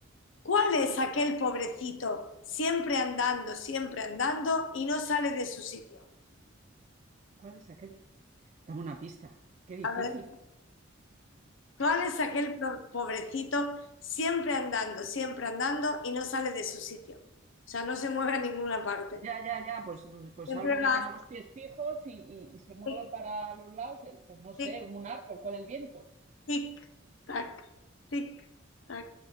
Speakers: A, on the left; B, on the right.
A: ¿cuál es aquel pobrecito siempre andando, siempre andando y no sale de su sitio?
B: ¿Cuál es aquel? Dame una pista. Qué difícil.
A: A ver. ¿Cuál es aquel pro- pobrecito siempre andando, siempre andando y no sale de su sitio? O sea, no se mueve a ninguna parte.
B: Ya, ya, ya, pues, pues
A: Siempre
B: algo que
A: va
B: tenga los pies fijos y, y- y se mueve
A: tic,
B: para los lados, el- pues no sé,
A: tic,
B: un árbol con el viento.
A: tic, tac, tic, tac,